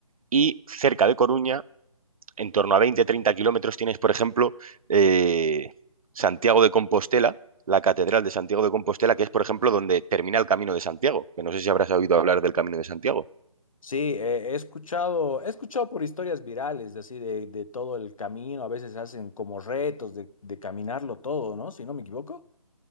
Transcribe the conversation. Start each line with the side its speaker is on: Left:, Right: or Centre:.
Right: y cerca de Coruña en torno a veinte treinta kilómetros tienes, por ejemplo, eh, Santiago de Compostela, la Catedral de Santiago de Compostela, que es, por ejemplo, donde termina el Camino de Santiago, que no sé si habrás oído hablar del Camino de Santiago.
Left: Sí, eh, he escuchado, he escuchado por historias virales, de así de, de todo el camino. A veces hacen como retos de, de caminarlo todo, ¿no? Si no me equivoco.